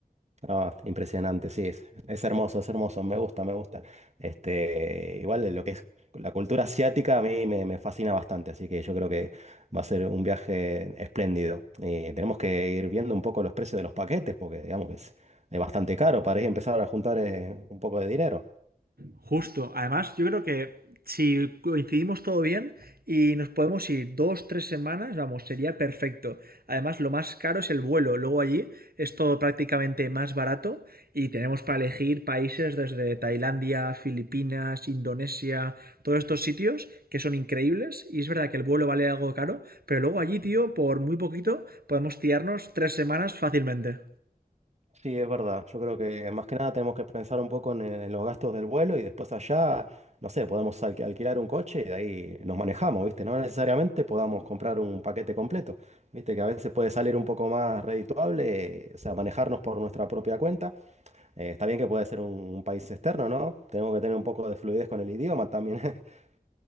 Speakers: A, on the right; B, on the right.
A: Ah, impresionante, sí, es, es hermoso, es hermoso, me gusta, me gusta. Este, igual de lo que es la cultura asiática a mí me, me fascina bastante, así que yo creo que va a ser un viaje espléndido. Y tenemos que ir viendo un poco los precios de los paquetes, porque digamos que es, es bastante caro para ir a empezar a juntar eh, un poco de dinero.
B: Justo. Además, yo creo que si coincidimos todo bien y nos podemos ir dos, tres semanas, vamos, sería perfecto. Además, lo más caro es el vuelo. Luego allí es todo prácticamente más barato y tenemos para elegir países desde Tailandia, Filipinas, Indonesia, todos estos sitios que son increíbles. Y es verdad que el vuelo vale algo caro, pero luego allí, tío, por muy poquito podemos tirarnos tres semanas fácilmente.
A: Sí, es verdad. Yo creo que más que nada tenemos que pensar un poco en, en los gastos del vuelo y después allá, no sé, podemos alqui- alquilar un coche y de ahí nos manejamos, ¿viste? No necesariamente podamos comprar un paquete completo, ¿viste? Que a veces puede salir un poco más redituable, o sea, manejarnos por nuestra propia cuenta. Eh, está bien que puede ser un, un país externo, ¿no? Tenemos que tener un poco de fluidez con el idioma también. <laughs>